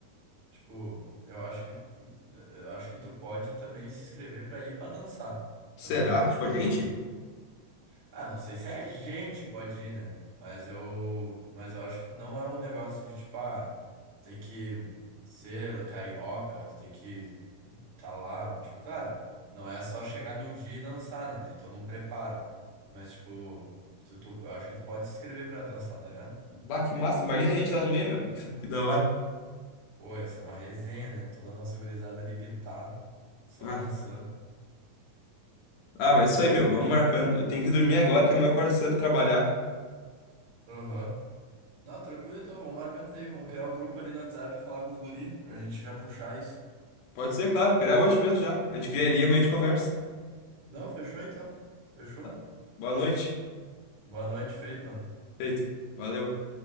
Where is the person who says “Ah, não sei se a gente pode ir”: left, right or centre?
Right